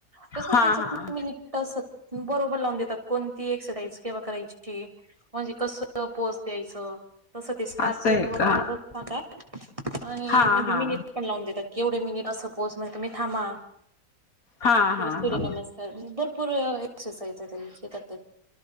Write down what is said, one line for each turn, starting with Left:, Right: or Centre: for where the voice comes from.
Right: कसं
Left: हा
Right: त्याच
Left: हा
Right: कुठं मिन असत, बरोबर लावून देतात. कोणती एक्सरसाईज केव्हा करायची? म्हणजे कस पोज द्यायचं. तसं ते स्टार्ट
Left: असं
Right: केल्या
Left: आहे का
Right: बरोबर सांगातात आणि
Left: हा
Right: म्हणजे
Left: हा
Right: मीनीट पण लावून देतात. एवढे मिनिट अस पोजमध्ये तुम्ही थांबा.
Left: हा हा
Right: किंवा सूर्यनमस्कार,
Left: हा
Right: भरपूर अ - एक्सरसाइजचा टाईम घेतात.